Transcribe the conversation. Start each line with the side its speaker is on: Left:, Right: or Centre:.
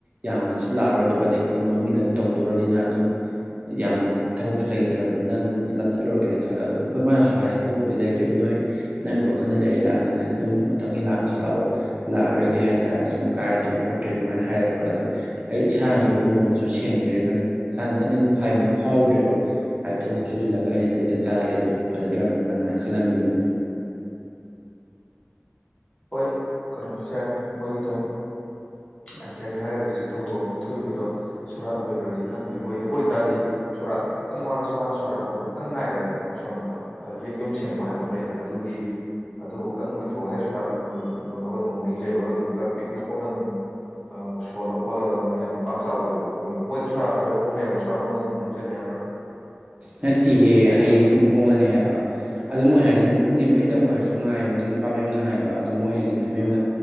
Right: ꯌꯥꯝꯅꯁꯨ ꯂꯥꯛꯑꯔꯣꯏꯗꯕ ꯑꯗꯒꯤ ꯀꯩꯅꯣ ꯃꯃꯤꯡꯗꯪ ꯇꯧꯗꯣꯕꯔꯅꯤꯅ ꯑꯗꯨꯝ ꯌꯥꯝꯅ ꯊꯕꯛꯁꯨ ꯂꯩꯇ꯭ꯔꯕꯅꯤꯅ ꯑꯗꯨꯝ ꯆꯠꯂꯔꯣꯏꯒꯦꯗ ꯈꯜꯂꯒ ꯑꯗꯨꯝ ꯍꯣꯏ ꯃꯥꯅꯁꯨ ꯍꯥꯏꯌꯦ ꯊꯕꯛꯄꯨꯗꯤ ꯂꯩꯇ꯭ꯔꯦ ꯑꯗꯨ ꯅꯣꯏ ꯅꯪꯒꯤ ꯋꯥꯈꯟꯗ ꯂꯩꯔꯦ꯫ ꯂꯥꯛꯅꯤꯡꯉꯗꯤ ꯑꯗꯨꯝ ꯃꯊꯪꯒꯤ ꯂꯥꯛꯑꯒꯁꯨ ꯂꯥꯛꯑꯣ꯫ ꯂꯥꯛꯑꯔꯣꯏꯒꯦ ꯍꯥꯏꯇꯥꯔꯁꯨ ꯀꯥꯏꯗ꯭ꯔꯦ ꯈꯣꯠꯇ꯭ꯔꯦ ꯑꯗꯨꯃꯥꯏꯅ ꯍꯥꯏꯔꯛꯄ ꯑꯗꯣ ꯑꯩ ꯏꯁꯥꯅꯁꯨ ꯏꯃꯣꯟꯅꯁꯨ ꯁꯦꯡꯗ꯭ꯔꯦ ꯅꯪ ꯏꯁꯥꯅ ꯆꯠꯅꯤꯡꯕ ꯍꯥꯏꯕꯗꯨ ꯐꯥꯎꯗ꯭ꯔꯦꯕ꯫ ꯍꯥꯏꯗꯤ ꯊꯕꯛꯁꯨ ꯁꯨꯁꯤꯜꯂꯒ ꯑꯩꯅ ꯂꯦꯛꯇ ꯆꯥꯔ ꯂꯩꯕꯗꯨꯣ ꯐꯖꯗ꯭ꯔꯕꯅꯤꯅ ꯑꯗꯨꯃꯥꯏꯅ ꯈꯜꯂꯝꯅꯤꯕ ꯃꯤꯅ꯫
Left: ꯍꯣꯏ ꯀꯩꯅꯣꯁꯨ ꯌꯥꯏ ꯃꯣꯏꯒꯤꯗꯣ ꯌꯥꯝ ꯁꯦꯡꯅ ꯍꯥꯏꯔꯒꯗꯤ ꯍꯧꯖꯤꯛ ꯊꯧꯗꯣꯛ ꯑꯃ ꯊꯣꯛꯏꯕꯗꯣ ꯁꯣꯔꯥꯠ ꯂꯣꯏꯈ꯭ꯔꯗꯤ ꯈꯪꯗꯦ ꯂꯣꯏꯗꯕ ꯑꯣꯏꯇꯥꯔꯗꯤ ꯁꯣꯔꯥꯠꯇꯣꯕꯨꯛꯇꯪ ꯋꯥꯔꯁꯨ ꯋꯥꯅ ꯁꯣꯔꯥꯥꯛꯇꯣꯕꯨꯛꯇꯪ ꯉꯥꯏꯔꯦꯗꯅ ꯁꯣꯟꯕꯗꯣ ꯑꯗ ꯍꯦꯛ ꯌꯨꯝ ꯁꯦꯡꯕ ꯍꯥꯏꯕ ꯑꯃ ꯂꯩꯗꯅ ꯑꯗꯨꯒꯤ ꯑꯗꯨꯕꯨꯛꯇꯪ ꯂꯣꯏꯊꯣꯛꯑꯒ ꯍꯦꯛ ꯁꯣꯔꯥꯠ ꯂꯣꯏꯕꯒ ꯅꯣꯡ ꯅꯤꯅꯤ ꯂꯩꯕꯒ ꯑꯗꯨꯝ ꯈꯔ ꯄꯤꯛꯅ ꯈꯣꯠꯅ ꯑꯗꯨꯝ ꯑ ꯁꯣꯜꯂ ꯈꯣꯠꯂꯒ ꯑꯗꯨꯝ ꯌꯥꯝ ꯄꯥꯛ ꯆꯥꯎꯗꯕꯤꯗ ꯍꯣꯡꯉꯦꯕ ꯃꯣꯏꯗꯣ꯫ꯁꯣꯔꯥꯠ ꯂꯣꯏꯔ ꯍꯣꯡꯅꯤ ꯍꯥꯏꯕ꯭ꯔꯣ, ꯁꯣꯔꯥꯠ ꯃꯅꯨꯡꯗ ꯑꯗꯨꯝ ꯍꯣꯡꯖꯟꯅꯤ ꯍꯥꯏꯕ꯭ꯔꯣ?
Right: ꯅꯠꯇꯤꯌꯦ ꯍꯌꯦꯡꯁꯦ ꯑꯗꯨꯝ ꯍꯣꯡꯉꯅꯤ ꯍꯥꯏꯕ ꯑꯗꯣ ꯃꯣꯏ ꯍꯥꯏꯁꯦ ꯅꯨꯠ ꯍꯨꯝꯅꯤ ꯃꯥꯔꯤꯗꯪ ꯑꯣꯏꯔꯁꯨ ꯉꯥꯏꯌꯣꯅ ꯅꯨꯄꯥ ꯃꯌꯨꯝꯅ ꯍꯥꯏꯕ ꯑꯗꯨ ꯃꯣꯏ ꯍꯥꯏꯗꯤ ꯅꯨꯄꯤ ꯃꯌꯨꯝꯅ